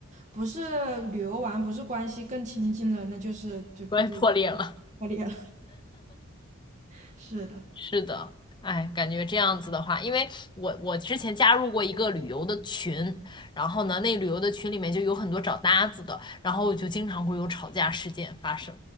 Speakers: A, on the right; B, on the left.
A: 不是旅游完，不是关系更亲近了，那就是就就
B: 关系破裂了。
A: 破裂了。<laughs> 是的，
B: <laughs> 是的，哎，感觉这样子的话，因为我我之前加入过一个旅游的群，然后呢，那旅游的群里面就有很多找搭子的，然后就经常会有吵架事件发生。